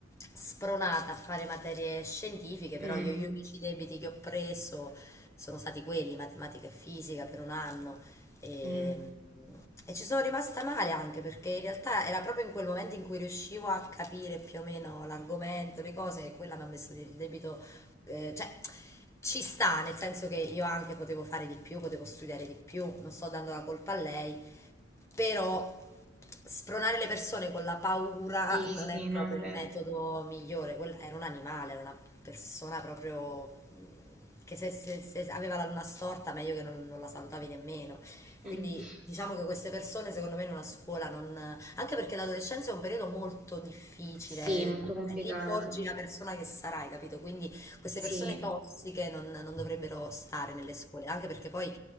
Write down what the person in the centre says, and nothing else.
Mm,
mm.
Sì,
sì,
no,
è vero.
<laughs>
Sì, molto complicato.
Sì.